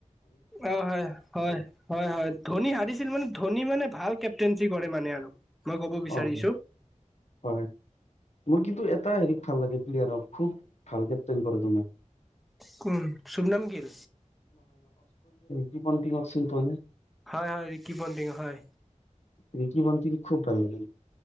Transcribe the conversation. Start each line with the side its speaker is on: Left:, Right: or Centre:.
Centre: অ হয় হয় হয় হয় ধনি হাৰিছিল মানে ধনি মানে ভালকে কেপ্তেইনচি কৰে মানে আৰু মই ক'ব বিচাৰিছো
Left: অ হয় হয় মোৰ কিন্তু এটা হেৰি ভাল লাগে প্লেয়াৰক খুব ভাল কেপ্টেইন কৰে তোমাৰ
Centre: কোন চুবনাম গিল
Left: কি পণ্টিংক চিনি পোৱানে
Centre: হয় হয় ৰিকি পণ্টিং হয়
Left: ৰিকি পণ্টিং খুব ভাল লাগে